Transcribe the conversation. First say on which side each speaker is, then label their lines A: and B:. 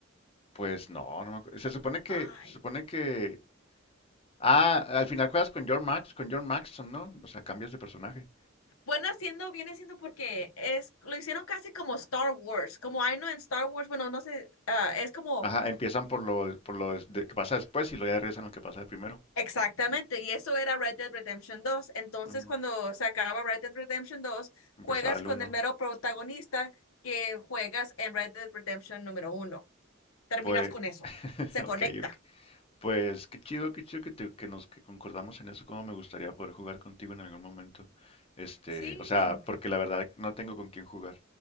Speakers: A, on the left (about 25°); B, on the left (about 80°).
A: pues no, no me acuerdo. Se supone que,
B: ay,
A: se supone que Ah, al final juegas con John Max, con John Maxson, ¿no? O sea, cambias de personaje.
B: Bueno, haciendo, viene siendo porque es, lo hicieron casi como Star Wars, como I know en Star Wars, bueno, no sé, ah, es como
A: Ajá, empiezan por lo, por lo des- de- que pasa después y luego ya regresan a lo que pasa primero.
B: exactamente, y eso era Red Dead Redemption dos Entonces,
A: Ujú.
B: cuando se acaba Red Dead Redemption 2
A: Empezaba
B: juegas
A: el
B: con
A: 1.
B: el mero protagonista que juegas en Red Dead Redemption número uno Terminas
A: Pues,
B: con eso,
A: <laughs>
B: se
A: ok,
B: conecta.
A: ok. Pues qué chido, qué chido que, te- que nos que concordamos en eso. Cómo me gustaría poder jugar contigo en algún momento. Este,
B: Sí,
A: o sea, porque la verdad no tengo con quién jugar.